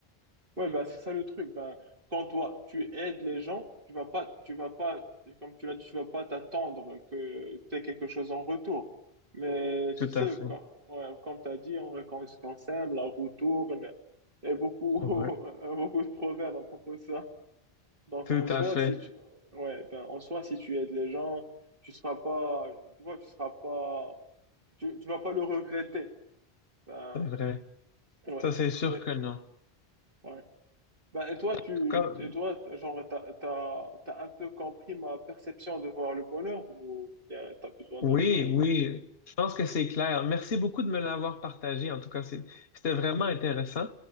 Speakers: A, on the right; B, on the left.
A: Ouais, bah, c'est ça le truc. Ben, quand toi, tu aides les gens, tu vas pas, tu vas pas, comme tu l'as dit, tu vas pas t'attendre que tu aies quelque chose en retour. Mais tu
B: Tout
A: sais,
B: à fait.
A: quand, ouais, comme tu as dit, on- quand on se- quand on s'aime, la roue tourne. Il y a beaucoup, <laughs>
B: Ouais.
A: beaucoup de proverbes à propos de ça. Donc,
B: Tout
A: en soi,
B: à fait.
A: si tu, ouais, ben, en soi, si tu aides les gens, tu seras pas, tu vois, tu seras pas, tu, tu vas pas le regretter. Ben,
B: C'est vrai.
A: ouais,
B: Ça, c'est sûr
A: mais,
B: que non. En
A: ouais. Ben, et toi, tu,
B: tout cas,
A: et toi, genre, t'as, t'as, t'as un peu compris ma perception de voir le bonheur ou y a- t'as besoin
B: Oui,
A: d'autres? euh,
B: oui, je pense que c'est clair. Merci beaucoup de me l'avoir partagé. En tout cas, c'est- c'était vraiment intéressant.